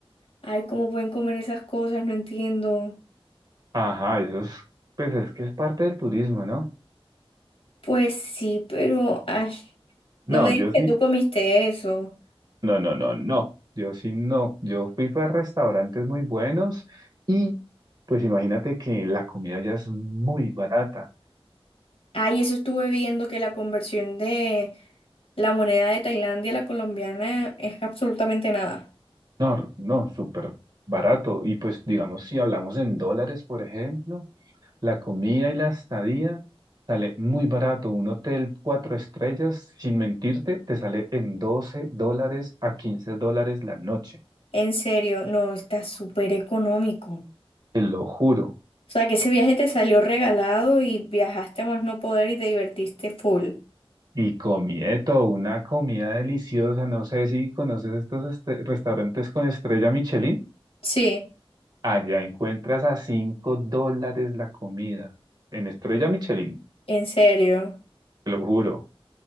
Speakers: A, on the left; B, on the right.
A: Ay, ¿cómo pueden comer esas cosas? No entiendo.
B: Ajá, eso es, pues es que es parte del turismo, ¿no?
A: Pues sí, pero ay,
B: No,
A: no me digas
B: yo sí,
A: que tú comiste eso.
B: no, no, no, no, yo sí no. Yo fui, fue a restaurantes muy buenos y pues imagínate que la comida ya es muy barata.
A: Ay, eso estuve viendo que la conversión de la moneda de Tailandia a la colombiana es absolutamente nada.
B: No, no, súper barato. Y pues digamos, si hablamos en dólares, por ejemplo. La comida y la estadía sale muy barato. Un hotel cuatro estrellas, sin mentirte, te sale en 12 dólares a 15 dólares la noche.
A: En serio, no, está súper económico.
B: Te lo juro.
A: O sea, que ese viaje te salió regalado y viajaste a más no poder y te divertiste full.
B: Y comí de todo, una comida deliciosa. No sé si conoces estos este- restaurantes con estrella Michelin.
A: Sí,
B: Allá encuentras a 5 dólares la comida en estrella Michelin,
A: en serio.
B: te lo juro.